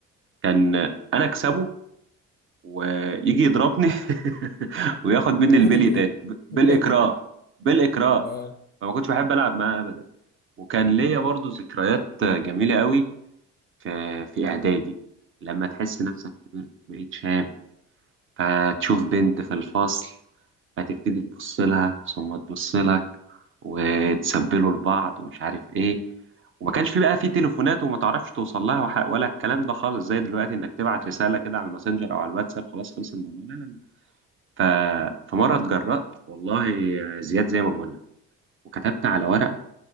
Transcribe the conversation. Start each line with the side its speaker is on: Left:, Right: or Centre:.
Right: كان انا اكسبه ويجي يضربني <laughs> وياخد مني
Left: وناخد
Right: البلي
Left: البيلي
Right: تاني ب- بالاكراه
Left: <laughs>
Right: بالاكراه
Left: اه
Right: فما كنتش بحب العب معاه ابدا وكان ليا برضو ذكريات جميله قوي في في اعدادي لما تحس نفسك كبرت وبقيت شاب فتشوف بنت في الفصل فتبتدي تبص لها ثم تبص لك وتسبلوا لبعض ومش عارف ايه وما كانش في بقى في تليفونات وما تعرفش توصل لها وح- ولا الكلام ده خالص زي دلوقتي انك تبعت رسالة كده على الماسنجر او على الواتساب خلاص خلص الموضوع لا لا لا ف... فمرة اتجرأت والله يا زياد زي ما بقول لك وكتبت على ورقة